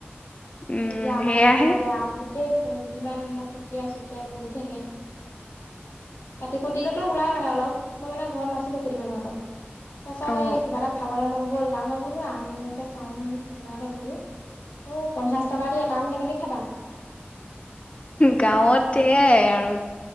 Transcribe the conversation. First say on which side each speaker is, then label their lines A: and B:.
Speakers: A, on the left; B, on the left.
A: উম
B: এতিয়া আমাৰ
A: সেয়াহে
B: এইবোৰতে আম গোটেই কিমান এটা পুকিয়াই চকিয়াই পৰি থাকে- কাতি কুটটোতো ওলাই মানে অলপ, মই মানে ঘৰত নাছিলোঁ কেইদিনৰ আগত- তাৰপাছত
A: অ
B: এই কিবা এটা খাবলৈ মন গ'ল তাৰপাছত বোলো আমকে চাওঁ চোন বজাৰলৈ গলোঁ - অ পঞ্চাশ টকা দি এটা আম কেনেকে খাবা-
A: গাঁৱতে এয়াই আৰু